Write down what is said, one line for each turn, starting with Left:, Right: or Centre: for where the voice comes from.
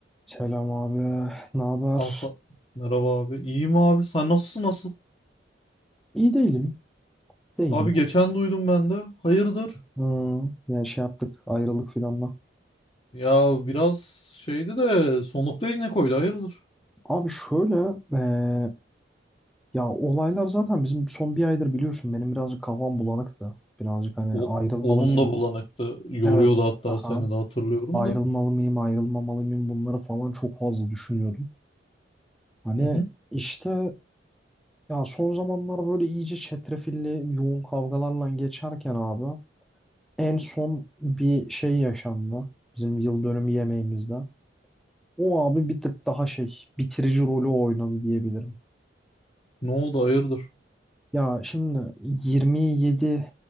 Centre: Selam abi. Ne haber?
Left: Asa merhaba abi. İyiyim abi. Sen nasılsın nasıl?
Centre: İyi değilim. Değilim.
Left: Abi geçen duydum ben de. Hayırdır?
Centre: Hmm, yani şey yaptık. Ayrılık filanla.
Left: Ya biraz şeydi de sonlukta yine koydu. Hayırdır?
Centre: Abi şöyle eee, ya olaylar zaten bizim son bir aydır biliyorsun benim birazcık kafam bulanıktı. Birazcık hani
Left: O
Centre: ayrılmalı
Left: onun
Centre: mıyım?
Left: da bulanıktı. Yoruyordu
Centre: Evet.
Left: hatta
Centre: Aha.
Left: seni de hatırlıyorum
Centre: Ayrılmalı
Left: da.
Centre: mıyım? Ayrılmamalı mıyım? Bunları falan çok fazla düşünüyordum. Hani
Left: Hı hı.
Centre: işte ya son zamanlar böyle iyice çetrefilli yoğun kavgalarla geçerken abi en son bir şey yaşandı. Bizim yıl dönümü yemeğimizde. O abi bir tık daha şey bitirici rolü oynadı diyebilirim.
Left: Ne oldu hayırdır?
Centre: Ya şimdi 27